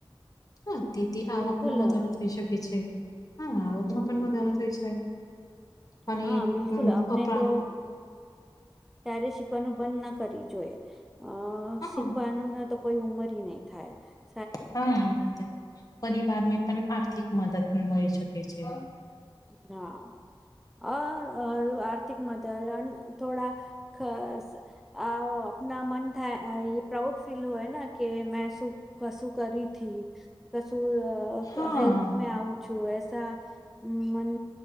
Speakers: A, on the left; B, in the centre.
A: હા તેથી આવકમાં
B: બિલકુલ
A: વધારો થઈ શકે છે, હા આવક એમાં
B: હમ
A: પણ વધારો થય જાય અને
B: હા બિલકુલ આપને
A: અપરા
B: તો ત્યારે શીખવાનું બંધ ના કર જોઈએ અ
A: હા
B: શીખવાનું તો- - કોઈ ઉંમર નહી, થાય- -
A: હા, પરિવાર ને પણ આર્થિક મદદ મળી શકે છે.
B: હા, અ આર્થિક મદ- - થોડા મન થાય પ્રાઉડ ફીલ હોય- - કે મેં શું કશું કરીથી કશું
A: હા
B: હેલ્પ મેં આવું- - છુંસા, મન